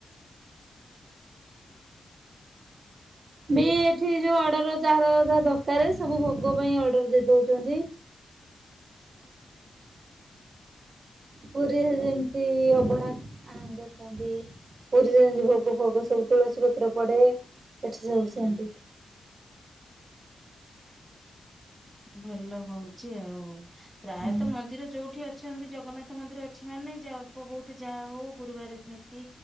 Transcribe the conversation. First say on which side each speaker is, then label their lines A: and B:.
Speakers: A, on the right (about 55°); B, on the right (about 15°).
A: ବି ଏଠି ଯୋଉ ଅର୍ଡର ଯାହାର ଯାହା ଦରକାର ସବୁ ଭୋଗ ପାଇଁ ଅର୍ଡର ଦେଇ ଦଉଚନ୍ତି। ପୁରୀରେ ଯେମିତି ଅବଢା ଆଣିକି ଆସନ୍ତି ପୁରୀରେ ଯେମିତି ଭୋଗ ଫୋଗ ସବୁ ତୁଳସୀ ପତ୍ର ପଡେ ଏଠି ସବୁ ସେମତି।
B: ହୁଁ। ଭଲ ହଉଛି ଆଉ। ପ୍ରାୟତଃ
A: ହଁ
B: ମନ୍ଦିର ଯୋଉଠି ଅଛନ୍ତି ଜଗନ୍ନାଥ ମନ୍ଦିର ଅଛି ମାନେ ଯ ଅଳ୍ପ ବହୁତ ଯାହା ହଉ ଗୁରୁବାର ନୀତି